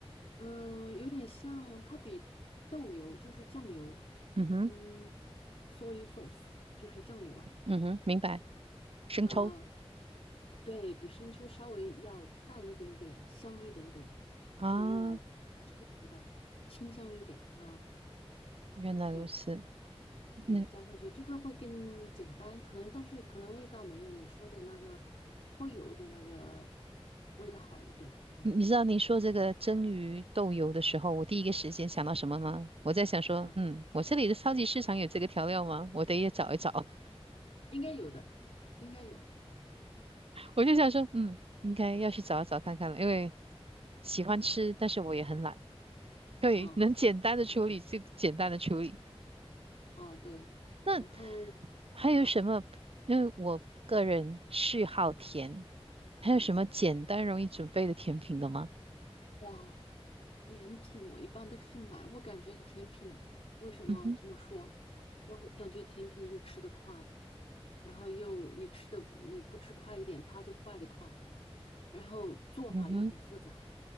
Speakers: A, on the left (about 75°); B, on the right (about 65°).
A: 嗯、呃有点像它比豆油就是酱油，
B: 嗯哼，
A: 嗯，soy sauce 就是酱油啊，
B: 嗯哼，明白。生抽
A: 啊、对比生抽稍微要淡一点点，香一点点，
B: 啊，
A: 就用来做蒸鱼的，清香一点它，
B: 原来如此。
A: 对。
B: 那
A: 对，浇上去这个会更简单，可能但是可能味道没有你说的那个泼油的那个味道好一点，可能
B: 你知道你说这个蒸鱼豆油的时候，我第一个时间想到什么吗？我在想说，
A: 啊，
B: 嗯，我这里的超级市场有这个调料吗？我得也找一找。
A: 应该有的，应该有，
B: <laughs> 我就想说，嗯，应该要去找一找看看了，因为喜欢吃，但是我也很懒。对，
A: 啊
B: 能简单的处理就简单的处理。
A: 啊对，
B: 那
A: 然后
B: 还有什么？
A: 啊，
B: 因为我个人嗜好甜，还有什么简单容易准备的甜品的吗？
A: 哇，甜品我一般都是买，我感觉甜品为什么这么说？
B: 嗯哼，
A: 我会感觉甜品又吃得快，然后又你吃的你不吃快一点，它就坏得快，然后做法又很复杂，
B: 嗯哼，